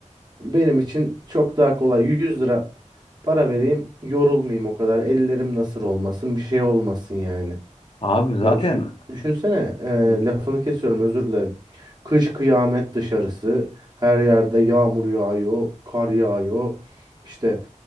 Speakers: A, on the right; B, on the left.
A: Benim için çok daha kolay 100 lira para vereyim, yorulmayayım o kadar. Ellerim nasır olmasın, bir şey olmasın yani.
B: Abi zaten
A: Ya düşün, düşünsene, e,
B: Hı.
A: lafını kesiyorum özür dilerim. Kış kıyamet dışarısı, her yerde yağmur yağıyor, kar yağıyor. İşte